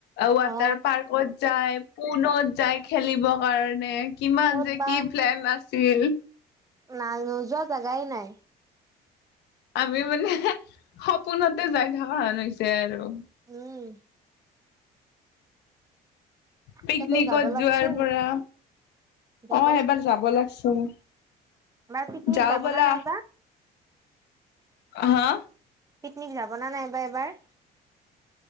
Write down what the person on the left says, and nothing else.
ৱাটাৰ
পাৰ্কত যাই পোনত যায় খেলিব কাৰণে কিমান
যে
কি প্লেন আছিল।
আমি মানে সপোনতে যাই থকা হন হৈছে আৰু।
পিকনিকত
যোৱাৰ পৰা,
অ এবাৰ যাব লাগছিল।
যাওঁ
ব'লা।
হা।